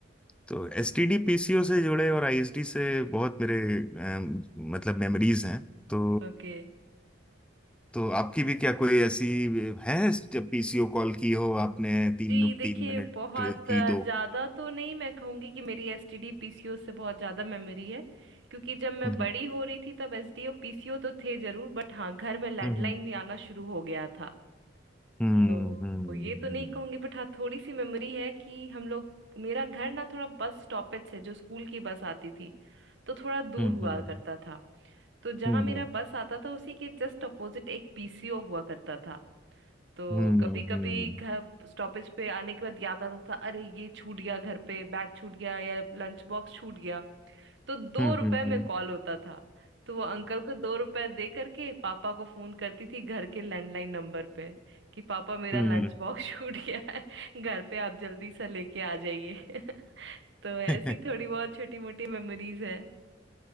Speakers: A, in the centre; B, on the right.
A: तो एसटीडी पीसीओ से जुड़े और आईएसडी से बहुत मेरे अम, मतलब मेमोरीज हैं तो
B: ओके
A: तो आपकी भी क्या कोई ऐसी है जब पीसीओ कॉल की हो
B: हम्म,
A: आपने तीन
B: जी देखिए
A: तीन मिनट
B: बहुत
A: की
B: अ,
A: दो
B: ज्यादा तो नहीं मैं कहूंगी कि मेरी एसटीडी पीसीओ से बहुत ज्यादा मेमोरी है क्योंकि जब मैं
A: हम्म
B: बड़ी हो रही थी तब एसडी और पीसीओ तो थे जरूर बट हाँ घर में लैंडलाइन
A: हम्म
B: भी आना शुरू हो गया था
A: हम्म
B: तो
A: हम्म
B: वो ये तो नहीं कहूंगी बट हाँ थोड़ी सी मेमोरी है कि हम लोग मेरा घर ना थोड़ा बस स्टॉपेज से जो स्कूल की बस आती थी तो थोड़ा दूर
A: हम्म
B: हुआ
A: हम्म
B: करता था तो जहाँ
A: हम्म
B: मेरा बस आता था उसी के जस्ट अपोजिट एक पीसीओ हुआ करता था तो
A: हम्म
B: कभी कभी घर स्टॉपेज पे आने के बाद याद आता था अरे ये छूट गया घर पे बैग छूट गया या लंच बॉक्स छूट गया तो दो
A: हम्म
B: रुपए में कॉल होता था तो वो अंकल को दो रुपए दे करके पापा को फोन करती थी घर के लैंडलाइन नंबर पे कि पापा मेरा
A: हम्म
B: लंच बॉक्स <laughs> छूट गया है घर पे आप जल्दी से लेके आ जाइए <laughs> तो ऐसी
A: हम्म
B: थोड़ी बहुत छोटी मोटी मेमोरीज है